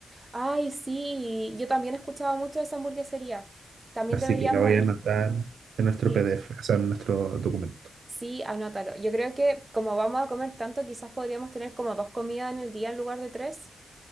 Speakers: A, on the right; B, on the right.
A: Ay, sí. Yo también escuchaba mucho de esa hamburguesería. También
B: Así
A: deberíamos
B: que la voy
A: ir.
B: a anotar en nuestro
A: Sí,
B: PDF, o sea, en nuestro documento.
A: sí, anótalo. Yo creo que como vamos a comer tanto, quizás podríamos tener como dos comidas en el día en lugar de tres.